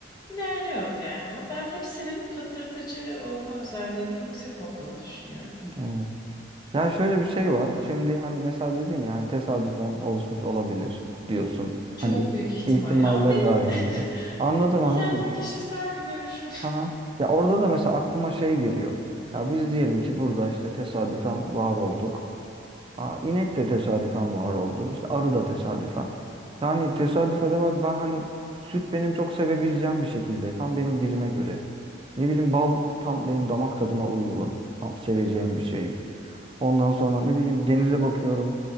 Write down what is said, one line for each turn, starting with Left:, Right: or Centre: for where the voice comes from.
Left: ilerliyor yani ama ben hepsinin fıtırtıcı olma özelliğinin yüksek olduğunu düşünüyorum.
Right: Evet. Ya şöyle bir şey var. Şimdi hani mesela dedin ya hani tesadüfen oluşmuş olabilir diyorsun.
Left: Çok
Right: Hani iht-
Left: büyük ihtimal.
Right: ihtimaller
Left: Ya o benim
Right: dahilinde. Anladım
Left: <laughs>
Right: anladım.
Left: kendi kişisel görüşüm.
Right: Aha. Ya orada da mesela aklıma şey geliyor. Ya biz diyelim ki burada işte tesadüfen var olduk. Ha, inek de tesadüfen var oldu. İşte arı da tesadüfen. Yani tesadüfe de bak ben hani süt benim çok sevebileceğim bir şekilde. Tam benim dilime göre. Ne bileyim bal tam benim damak tadıma uygun. Tam seveceğim bir şey. Ondan sonra ne bileyim denize bakıyorum.